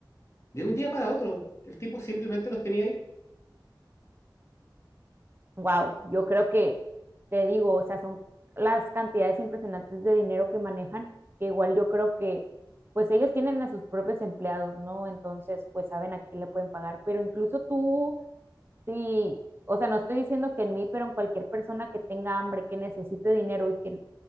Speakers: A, on the left (about 35°); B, on the right (about 30°).
A: de un día para otro. El tipo simplemente los tenía ahí.
B: Wow, yo creo que te digo, o sea, son las cantidades impresionantes de dinero que manejan, que igual yo creo que pues ellos tienen a sus propios empleados, ¿no? Entonces, pues saben a quién le pueden pagar, pero incluso tú, sí, o sea, no estoy diciendo que en mí, pero en cualquier persona que tenga hambre, que necesite dinero y que